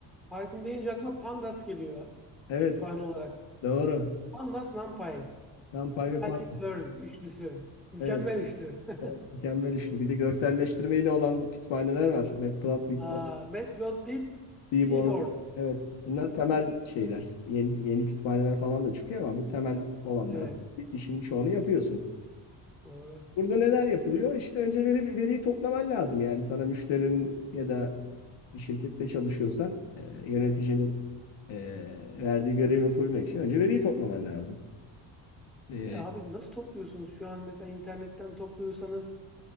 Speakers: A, in the centre; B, on the left.
A: Python deyince aklıma Pandas geliyor
B: Evet
A: kütüphane olarak.
B: Doğru.
A: Pandas NumPy,
B: NumPy
A: scikit-learn
B: ve Python.
A: üçlüsü. Mükemmel
B: Evet,
A: üçlü. <laughs>
B: mükemmel işli. Bir de görselleştirmeyle olan kütüphaneler var. Matplotlib
A: Aa,
B: var.
A: Matplotlib,
B: Seaborn.
A: Seaborn.
B: Evet. Bunlar temel şeyler. Yeni, yeni kütüphaneler falan da çıkıyor ama bu temel olanlar
A: Evet,
B: İşin çoğunu yapıyorsun.
A: doğru.
B: Burada neler yapılıyor? İşte önce veri, veriyi toplaman lazım. Yani sana müşterinin ya da bir şirkette çalışıyorsan e, yöneticinin e, verdiği görevi yapabilmek için önce veriyi toplaman lazım. E,
A: E abi nasıl topluyorsunuz şu an mesela internetten topluyorsanız